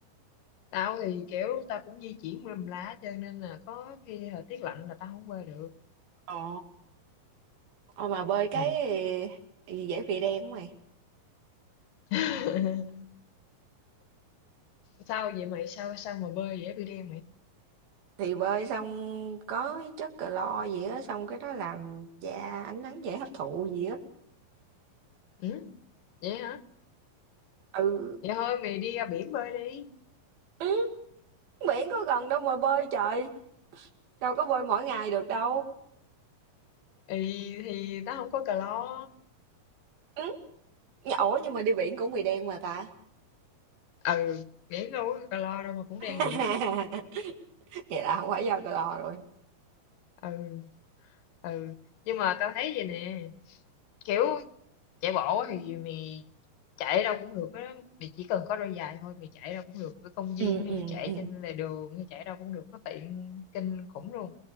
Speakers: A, on the left; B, on the right.
A: tao thì kiểu tao cũng di chuyển mềm lá cho nên là có khi thời tiết lạnh là tao không bơi được
B: Ồ, ờ, mà bơi cái
A: ừ.
B: gì dễ bị đen của mày.
A: <laughs> sao vậy mày sao sao mà bơi dễ bị đen mày
B: Thì bơi xong có chất clo gì á, xong cái đó làm da ánh nắng dễ hấp thụ gì á.
A: ừ? vậy hả
B: Ừ,
A: vậy thôi mày đi ra biển bơi đi
B: ừ, biển có gần đâu mà bơi trời, đâu có bơi mỗi ngày được đâu.
A: thì thì nó không có clo
B: Ừ, nh- ủa nhưng mà đi biển cũng bị đen mà ta.
A: ừ miễn đâu có calo đâu mà cũng
B: <laughs>
A: đen vậy
B: vậy là không phải do cái lo rồi
A: ừ ừ nhưng mà tao thấy vậy nè kiểu chạy bộ thì mày chạy đâu cũng được á mày chỉ cần có đôi giày thôi mày chạy đâu cũng được ở công viên
B: ừ
A: hay
B: ừ
A: chạy
B: ừ
A: trên lề đường hay chạy đâu cũng được nó tiện kinh khủng luôn